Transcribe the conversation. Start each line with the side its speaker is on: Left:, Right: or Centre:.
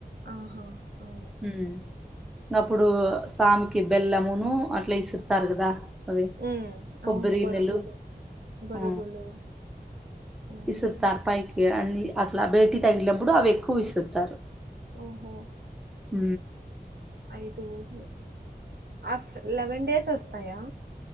Right: ఆహా ఆ
Centre: ఊ అప్పుడు సామికి బెల్లమును అట్లా ఇసురుతారు కదా అదే
Right: ఉమ్,
Centre: కొబ్బరి
Right: అవును బొరుగులు
Centre: నెలు
Right: బొరుగులు
Centre: ఆ
Right: ఆ.
Centre: విసుతారు పైకి అన్ని అట్లా భేటీ తగిలినప్పుడు అవి ఎక్కువ విసురుతారు
Right: ఒహో
Centre: ఊ
Right: ఐదు ఊర్లు ఆఫ్ర్ లెవెన్ డేస్ వస్తాయా